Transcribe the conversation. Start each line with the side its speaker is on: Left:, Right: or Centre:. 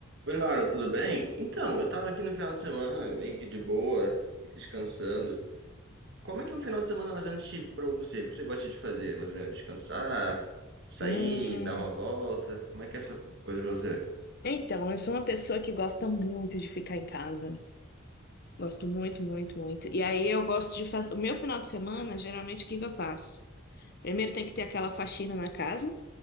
Right: Oi, Laura, tudo bem? Então, eu tava aqui no final de semana, meio que de boa, descansando. Como é que é um final de semana mais ou menos típico pra você? O que você gosta de fazer? Mais ou menos descansar, sair,
Left: Hum,
Right: dar uma volta? Como é que é essa coisa pra você?
Left: então, eu sou uma pessoa que gosta muito de ficar em casa. Gosto muito, muito, muito. E aí eu gosto de fazer. O meu final de semana, geralmente, o que que eu faço? Primeiro tem que ter aquela faxina na casa,